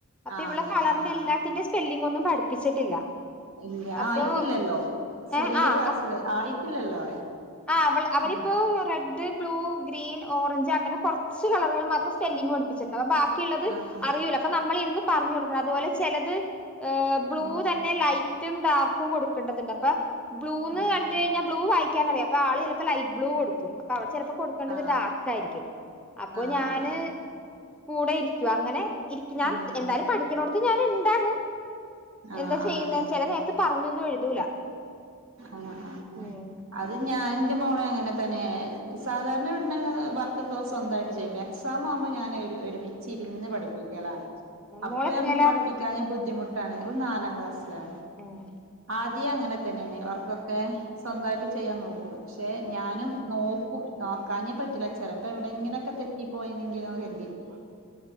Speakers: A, in the centre; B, on the right.
A: അപ്പൊ
B: ആഹ്
A: ഇവളെ
B: അങ്ങനെ
A: കളറിന്റെ
B: ആഹ്
A: എല്ലാത്തിന്റെ സ്പെല്ലിംങ്ങൊന്നും പഠിപ്പിച്ചിട്ടില്ല.
B: ഇല്ല
A: അപ്പൊ
B: ആയിട്ടില്ലല്ലോ ചെറിയ
A: ഏഹ് ആഹ്
B: ക്ലാസ്സില് ആയിട്ടില്ലല്ലോ പറയാ.
A: ആഹ് അവൾ അവരിപ്പോ
B: ഉം
A: red, blue, green, orange അങ്ങനെ കൊറച്ച് കളുകൾ മാത്രം സ്പെല്ലിംഗ് പഠി പ്പിച്ചിട്ടുണ്ട്. ബാക്കിയുള്ളത്
B: ആഹ് ആഹ്
A: അറിയൂല്ല അപ്പം നമ്മൾ ഇരുന്ന് പറഞ്ഞ് കൊടുക്കണം. അതുപോലെ ചെലത് ഏഹ്. ബ്ലൂ
B: ആഹ് ആഹ്
A: തന്നെ ലൈറ്റും ഡാർക്കും കൊടുക്കണ്ടതുണ്ട്. അപ്പൊ ബ്ലൂന്ന്
B: ആഹ്
A: കണ്ട്
B: ആഹ്
A: കഴിഞ്ഞാ ബ്ലൂ വായിക്കാനറിയാ അപ്പ ആള് ചിലപ്പോ ലൈറ്റ് ബ്ലൂ കൊടുക്കും. അപ്പ അവിടെ ചിലപ്പോ കൊടു ക്കണ്ടത്
B: ആഹ്
A: ഡാർക്ക് ആയിരിക്ക്യും. അപ്പൊ
B: ആഹ്
A: ഞാന്
B: ആഹ്
A: കൂടെ ഇരിക്ക്യും. അങ്ങനെ ഇരിക്കും ഞാൻ
B: ഉം
A: എന്തായാലും പഠിക്ക്ണോട്ത്ത് ഞാൻ ഇണ്ടാകും.
B: ആഹ്
A: എന്താ ചെയ്യ്ന്നേന്ന്
B: ആഹ്
A: ചെല നേരത്ത് പറഞ്ഞൊന്നും എഴുതൂല.
B: ആഹ് ആഹ് ആഹ്.
A: ഉം
B: അത് ഞാൻ ഇന്റെ മോളെ അങ്ങനെ തന്നെ. സാധാരണ വിട്ണെ വർക്കൊക്കെ ഓൾ സ്വന്തായിട്ട് ചെയ്യും. പിന്നെ എക്സാം ആവുമ്പം ഞാൻ ഒരു ഒരുമിച്ചിര്ന്ന് പഠിപ്പിക്കലാണ്. അപ്പൊ
A: മോളെത്രേലാ?
B: ഞമ്മക്ക് പഠിപ്പിക്കാഞ്ഞാ ബുദ്ധിമുട്ടാണ്. ഓള് നാലാം ക്ലാസ്സിലാണ്.
A: ഉം.
B: ആദ്യേ അങ്ങനെ തന്നേണ്. വർക്കൊക്കെ സ്വന്തായിട്ട് ചെയ്യാൻ നോക്കും. പക്ഷെ ഞാനും നോക്കും. നോക്കാഞ്ഞാ പറ്റില്ല ചെലപ്പോ എവിടെങ്ങനെയൊക്കെ തെറ്റിപ്പോയീനെങ്കി ഞാൻ ഹെൽ. <unintelligible>